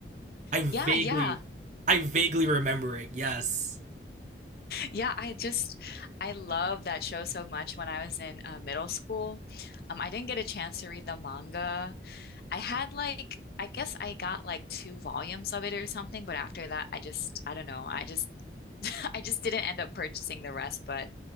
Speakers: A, on the right (about 40°); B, on the left (about 55°).
A: I vaguely
B: Yeah, yeah.
A: I vaguely remember it. Yes.
B: Yeah, I just I love that show so much when I was in uh, middle school. Um, I didn't get a chance to read the manga. I had like I guess I got like two volumes of it or something, but after that I just I don't know. I just <laughs> I just didn't end up purchasing the rest, but